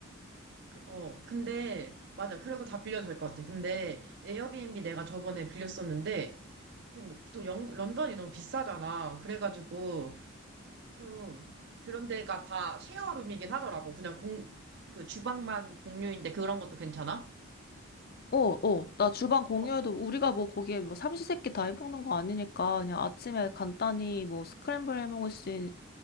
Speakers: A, on the right; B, on the left.
A: 그, 어, 근데, 맞아. 그리고 다 빌려도 될 것 같아. 근데, 에어비앤비 내가 저번에 빌렸었는데, 좀, 또 영, 런던이 너무 비싸잖아. 그래가지고, 좀, 그런 데가 다 쉐어룸이긴 하더라고. 그냥 공, 그 주방만 공유인데 그런 것도 괜찮아?
B: 어, 어. 나 주방 공유해도
A: 어,
B: 우리가 뭐 거기에 뭐 삼시세끼 다 해먹는 거 아니니까 그냥 아침에 간단히 뭐 스크램블 해먹을 수, 있-